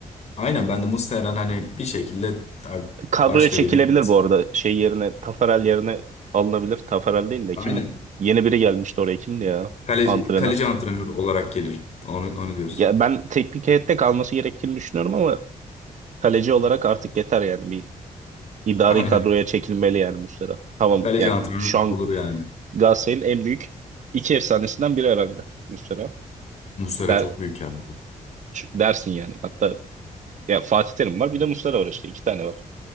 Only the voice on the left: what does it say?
aynen ben de Muslera'nın hani bir şekilde ar-
başka
birine girmesi.
Aynen.
Kaleci,
kaleci antrenörü olarak gelir. Onu, onu diyorsun.
<laughs> Aynen.
Kaleci
antrenörü
olur yani.
Muslera
çok büyük yani.